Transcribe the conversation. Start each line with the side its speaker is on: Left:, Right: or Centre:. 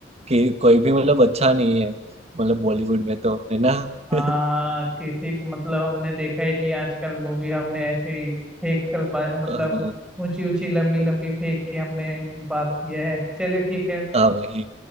Right: कि कोई भी मतलब अच्छा नहीं है मतलब बॉलीवुड में तो है ना
Centre: हाँ
Right: <laughs>
Centre: हाँ, किसी को मतलब हमने देखा ही नहीं आजकल मूवी हमने ऐसे ही फेंक कर बा- मतलब
Right: हाँ
Centre: ऊंची ऊंची लंबी लंबी फेंक के हमने बात किया है चलिए ठीक है
Right: हाँ वही